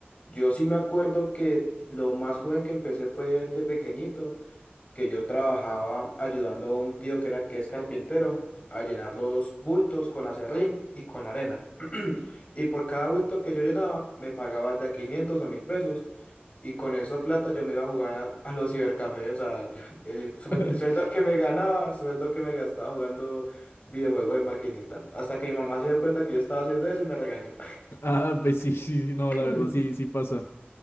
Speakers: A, on the left; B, on the left.
A: Yo sí me acuerdo que lo más joven que empecé fue de pequeñito, que yo trabajaba ayudando a un tío que era que es carpintero a llenar los bultos con acerrín y con arena. <clears throat> Y por cada bulto que yo llenaba, me pagaban de a 500 a 1000 pesos. Y con esa plata yo me iba a jugar a, a los cibercafés, o sea, yo- <laughs> el, suel-
B: <laughs>
A: el sueldo que me ganaba, sueldo que me gastaba jugando videojuegos de maquinita. Hasta que mi mamá se dio cuenta que yo estaba haciendo eso y me regañó.
B: Ah, pues sí, sí, sí, no,
A: <clears throat>
B: la verdad sí, sí pasa.